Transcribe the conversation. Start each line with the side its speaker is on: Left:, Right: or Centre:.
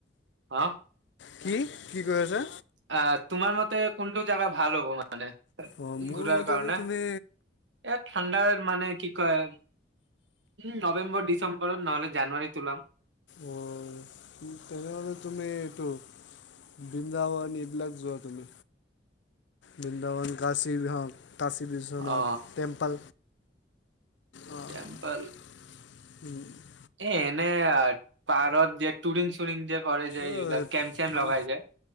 Right: হা।
Left: কি-কি কৈ আছা।
Right: আ তোমাৰ মতে কোনটো জাগা ভাল হ'ব মান মানে,
Left: অঁ মোৰ
Right: ঘূৰাৰ
Left: মতেতো
Right: কাৰণে,
Left: তুমি
Right: এ ঠাণ্ডাৰ মানে কি কয় উম নৱেম্বৰ ডিচেম্বৰ নহ'লে জানুৱাৰীত ওলাম।
Left: অ', তেনেহ'লে তুমি এইটো বৃন্দাবন এইবিলাক যোৱা তুমি। বৃন্দাবন, কাশী <unintelligible> কাশী বিশ্বনাথ
Right: অ
Left: টেম্পল অ'।
Right: টেম্পল।
Left: <inaudible>
Right: এ এনে পাৰত টুৰিং চুৰিং যে কৰে যে
Left: অ'
Right: এইবিলাক কেম্প চেম্প
Left: ঠান
Right: লগাই যে